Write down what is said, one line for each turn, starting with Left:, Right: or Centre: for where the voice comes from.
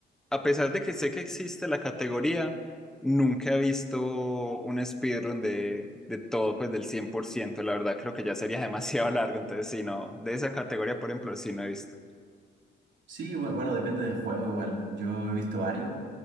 Centre: a pesar de que sé que existe la categoría, nunca he visto un speedrun de, de todo, pues del 100%. La verdad creo que ya sería <laughs> demasiado largo, entonces sí, no, de esa categoría, por ejemplo, sí no he visto.
Right: Sí, bu- bueno, depende del juego igual. Yo he visto varios.